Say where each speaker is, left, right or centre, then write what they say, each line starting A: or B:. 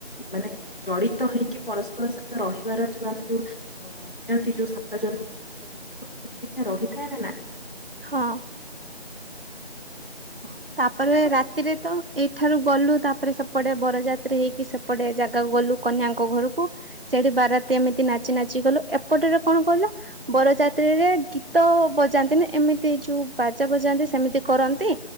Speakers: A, on the left; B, on the right.
A: ମାନେ ଜଡିତ ହେଇକି ପରସ୍ପର ସହିତ ରହିବାର ଯୋଉ ଆମେ ଯୋଉ ଅ ନିଅନ୍ତି ଯୋଉ ସାତ ଜନ୍ମର ଶପଥ ସେଥିରେ ରହିଥାଏ ନା ନାଇଁ।
B: ହଁ।
A: ହଁ
B: ତାପରେ
A: ସେଟା ତ
B: ରାତିରେ ତ ଏଇଠାରୁ ଗଲୁ ତାପରେ ସେପଟେ ବରଯାତ୍ରୀ ହେଇକି ସେପଟେ ଜାଗାକୁ ଗଲୁ କନ୍ୟାଙ୍କ ଘରକୁ। ସେଠି ବାରାତି ଏମିତି ନାଚି ନାଚି ଗଲୁ ଏପଟରେ କଣ କହିଲ ବରଯାତ୍ରୀରେ ଗୀତ ବଜ ଯାଆନ୍ତିନି ଏମିତି ଯୋଉ ବାଜା ବଜାନ୍ତି ସେମିତି କରନ୍ତି।